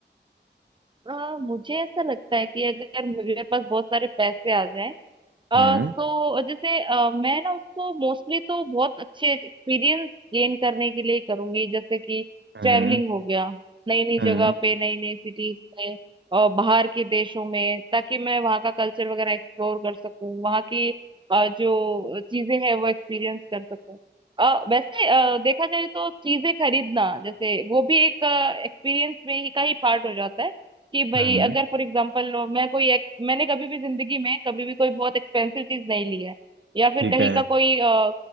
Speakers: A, on the right (about 25°); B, on the right (about 85°).
A: आ, मुझे ऐसा लगता है कि अगर मेरे पास बहुत सारे पैसे आ जाएं आ,
B: हम्म
A: तो जैसे आ, मैं ना उसको मोस्टली तो बहुत अच्छे एक्सपीरियंस गेन करने के लिए करूंगी जैसे कि
B: हम्म
A: ट्रैवलिंग हो गया नई नई
B: हम्म
A: जगह पे नई नई सिटीज पे और बाहर के देशों में ताकि मैं वहाँ का कल्चर वगैरह एक्सप्लोर कर सकूं वहाँ की आ, जो चीजें हैं वो एक्सपीरियंस कर सकूं आ, वैसे आ, देखा जाए तो चीजें खरीदना जैसे वो भी एक एक्सपीरियंस में ही का ही पार्ट हो जाता है कि भाई
B: हम्म
A: अगर फॉर एग्जाम्पल लो मैं कोई एक, मैंने कभी भी जिंदगी में कभी भी कोई बहुत एक्सपेंसिव चीज नहीं ली है या फिर
B: ठीक
A: कहीं
B: है
A: का कोई अ,